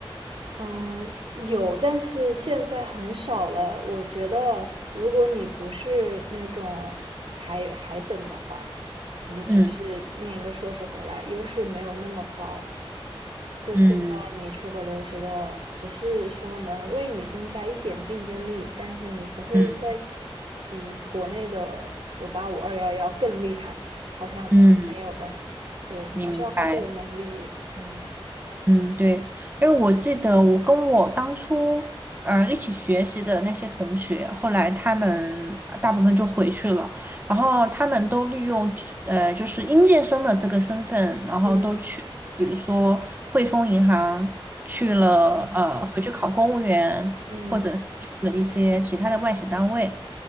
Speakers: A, on the right (about 65°); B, on the right (about 20°).
A: 嗯，有，但是现在很少了。我觉得，如果你不是那种海海本的话，你只是念一个硕士回来，
B: 嗯
A: 优势没有那么高。就现在你出国留学的，
B: 嗯
A: 只是说能为你增加一点竞争力，但是你不会再
B: 嗯
A: 比国内的九八五、二幺幺更厉害，好像没有的。
B: 嗯。
A: 对，
B: 明白，
A: 还是要看个人能力。嗯
B: 嗯，对，因为我记得我跟我当初呃一起学习的那些同学，后来他们呃大部分就回去了，然后他们都利用呃就是应届生的这个身份，然后都去，
A: 嗯
B: 比如说汇丰银行去了，
A: 嗯。
B: 呃，回去考公务员，
A: 嗯。
B: 或者是去了一些其他的外企单位，